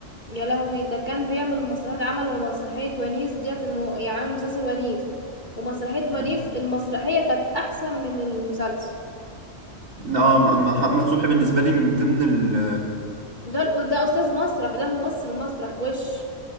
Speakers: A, on the left; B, on the right.
A: يا لهوي ده كان بيعمل مسرحيات عمل ومسرحية ونيس ديت الم... يعني عامل مسلسل ونيس ومسرحية ونيس
B: مم.
A: المسرحية كانت أحسن من المسلسل
B: اه م- محمد صبحي بالنسبة لي من ضمن ال
A: ده ده أستاذ مسرح ده ممثل مسرح وش